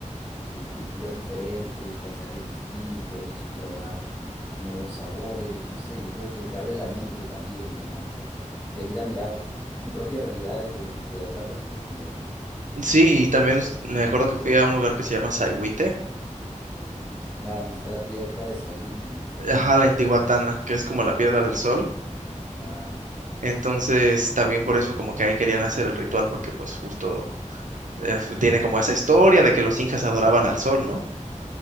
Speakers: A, on the left; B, on the right.
A: eh, culturas diferentes, paisajes distintos, probar nuevos sabores, no sé, yo creo que te abre la mente también, ¿no? Te, te ayuda a mirar tu propia realidad desde, desde otra perspectiva también.
B: Sí, y también es- me acuerdo que fui a un lugar que se llama Saigüite,
A: Ya, donde está la piedra de Saigüite, ¿no?
B: ajá, la Intihuatana, que es como la Piedra del Sol.
A: Claro, claro,
B: Entonces, también por eso como que ahí querían hacer el ritual, porque pues justo eh, f- tiene como esa historia de que los incas adoraban al sol, ¿no?